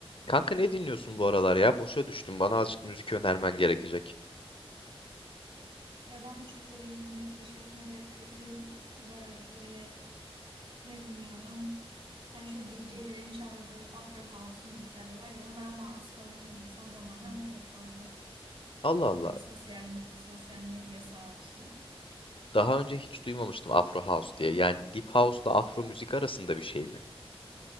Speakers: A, on the left (about 60°); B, on the right (about 60°).
A: Kanka ne dinliyorsun bu aralar ya? Boşa düştüm. Bana azıcık müzik önermen gerekecek.
B: Ya ben de çok böyle yeni müzik keşfetmede kötüyüm. Bayağıdır böyle ne dinliyorum? Hani şu D J'lerin çaldığı Afro House müzikler var ya onlara maruz kalıyorum son zamanlarda çok fazla.
A: Allah Allah.
B: Ee, sosyal me- sosyal medya sağ olsun.
A: Daha önce hiç duymamıştım Afro House diye. Yani Deep House'la Afro müzik arasında bir şey mi?